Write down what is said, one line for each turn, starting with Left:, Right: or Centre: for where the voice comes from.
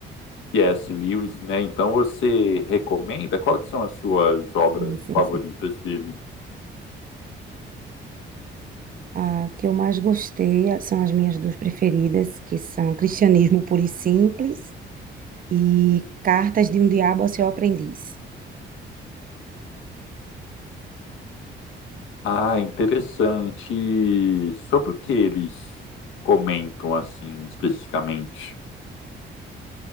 Left: C.S. Lewis, né? Então você recomenda? Quais são as suas obras
Right: Sim, sim,
Left: favoritas dele?
Right: A que eu mais gostei a- são as minhas duas preferidas, que são Cristianismo Puro e Simples e Cartas de um Diabo a Seu Aprendiz.
Left: Ah, interessante. Sobre o que eles comentam assim especificamente?